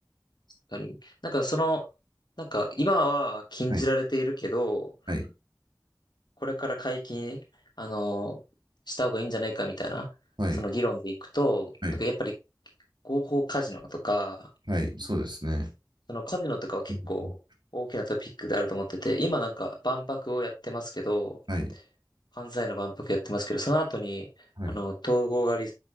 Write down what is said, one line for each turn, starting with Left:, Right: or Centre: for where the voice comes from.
Left: 確かに。なんかその、なんか今は禁じられているけど、
Right: はい。はい。
Left: これから解禁、あの、した方がいいんじゃないかみたいな、
Right: はい。
Left: その議論でいくと、
Right: はい。
Left: なんかやっぱり合法カジノとか、
Right: はい。そうですね。
Left: そのカジノとかは結構大きなトピックであると思ってて、
Right: うん
Left: 今なんか万博をやってますけど、
Right: はい。
Left: 関西の万博やってますけど、その後に、
Right: はい。
Left: あの、統合がリ、